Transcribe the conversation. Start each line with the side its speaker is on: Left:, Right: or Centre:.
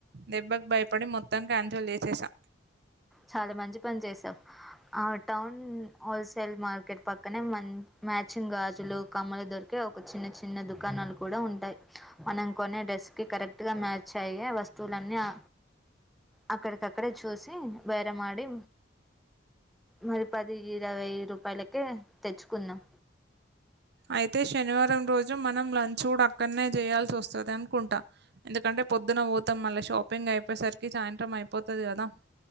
Right: దెబ్బకు భయపడి మొత్తం క్యాన్సల్ చేసేసా.
Centre: చాలా మంచి పని చేసావ్. ఆ టౌన్ హోల్సేల్ మార్కెట్ పక్కనే మం మ్యాచింగ్ గాజులు, కమ్మలు దొరక్ కే ఒక చిన్న చిన్న దుకాణాలు కుడ ఉంటాయి. మనం కొనే డ్రెస్ కి కరెక్ట్ గా మ్యాచ్ అయ్యే వస్తువులన్నీ ఆ అక్కడికక్కడే చూసి భెరంమాడి మరి పది ఇరవై రూపాయలకే తెచ్చుకున్నాం
Right: అయితే శనివారం రోజు మనం లంచ్ కూడా అక్కడనే చేయాల్సి వస్తది అనుకుంటా ఎందుకంటే పొద్దున పోతాం మళ్ళ షాపింగ్ అయిపోయేసరికి సాయంత్రం అయిపోతది కదా